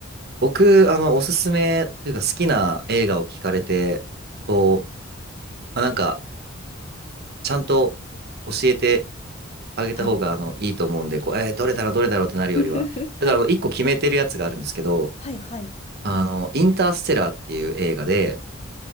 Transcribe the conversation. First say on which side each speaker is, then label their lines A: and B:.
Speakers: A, on the right; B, on the left.
A: 僕、あの、おすすめというか好きな映画を聞かれて、こう、まあなんか、ちゃんと教えてあげた方が、
B: はい
A: あの、いいと思うんで、こう、えーどれだろう、どれだろうってなるよりは。
B: <laughs>。はい。
A: だから、あの、一個決めてるやつがあるんですけど、
B: はい、はい。
A: あの、インターステラーっていう映画で、